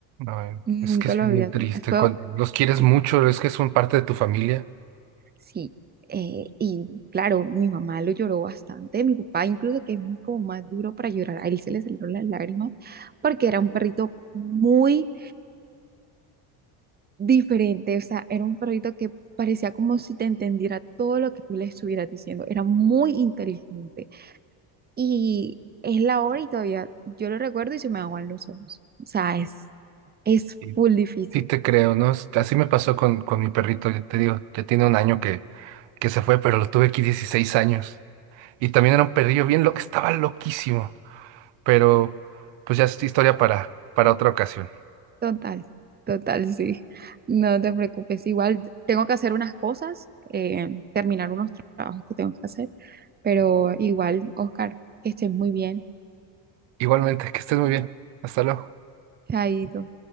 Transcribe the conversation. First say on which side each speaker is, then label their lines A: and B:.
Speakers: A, on the right; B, on the right.
A: Ay,
B: Nunca
A: es que es
B: lo
A: bien
B: había
A: triste.
B: tenido. Fue,
A: Cuando los quieres
B: sí,
A: mucho, es que son parte de tu familia.
B: sí. eh, y claro, mi mamá lo lloró bastante, mi papá incluso que es como más duro para llorar, a él se le salieron las lágrimas porque era un perrito muy diferente, o sea, era un perrito que parecía como si te entendiera todo lo que tú le estuvieras diciendo, era muy inteligente Y es la hora y todavía yo lo recuerdo y se me aguan los ojos. O sea, es, es
A: Y
B: full difícil.
A: sí te creo, ¿no? Es- Así me pasó con, con mi perrito, ya te digo, ya tiene un año que, que se fue, pero lo tuve aquí 16 años. Y también era un perrillo bien loco, estaba loquísimo. Pero pues ya es historia para, para otra ocasión.
B: Total, total, sí. No te preocupes. Igual tengo que hacer unas cosas, eh, terminar unos trabajos que tengo que hacer, pero igual, Oscar, que estés muy bien.
A: Igualmente, que estés muy bien. Hasta luego.
B: Chaito.